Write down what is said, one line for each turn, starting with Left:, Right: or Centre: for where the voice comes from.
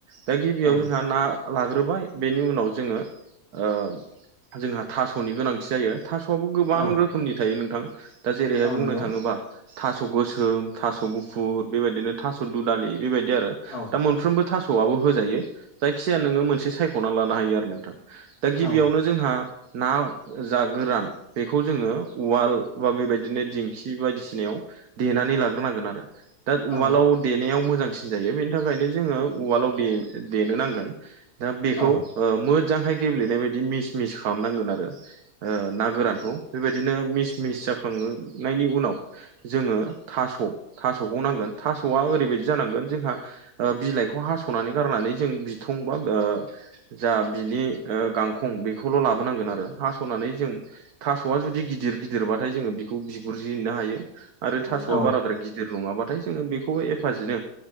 Right: दा गिबियाव
Left: औ
Right: जोंहा ना लाग्रोबाय बेनि उनाव जोङो ओ जोंहा थास'नि गोनांथि जायो थास'याबो गोबां
Left: औ
Right: रोखोमनि थायो नोंथां दा जेरैहाय
Left: औ
Right: बुंनो
Left: नंगौ
Right: थाङोबा थास' गोसोम थास' गुफुर बेबायदिनो थास' दुदालि बेबायदि आरो
Left: औ
Right: दा मोनफ्रोमबो होजायो जायखि जाया नों मोनसे सायखना लानो हायो आरो नोंथ दा गयावनो
Left: औ
Right: जोंहा ना जा गोरान बेखौ जोङो उवाल बा बेबायदिनो दिंखि बायदिसिनायाव देनानै लाग्रोनांगोन आरो दा उवालाव
Left: औ
Right: देनायाव मोजांसिन जायो बेनि थाखायनो जोङो उवालाव दे दनो नांगोन दा बेखौ
Left: औ
Right: मोजांहाय ओ गेब्लेनाय बायदि मिस मिस खालामनांगोन आरो ओ ना गोरानखौ बेबायदिनो मिस मिस जाखांनायनि उनाव जोङो थास' थास'खौ नांगोन थास'आ ओरैबायदि जानांगोन जोंहा ओ बिलाइखौ खौ हासनानै गारनानै जों बिथं बा ओ जा बिनि गां खं बेखौल' लाबोनांगोन आरो हास'नानै जों थास'आ जुदि गिदिर गिदिरबाथाय जोो बेखौ गुरजिननो हायो आरो थास'आ
Left: औ
Right: बाराद्राय गिदिर नङाबाथाय जोङो बेखौ एफाजिनो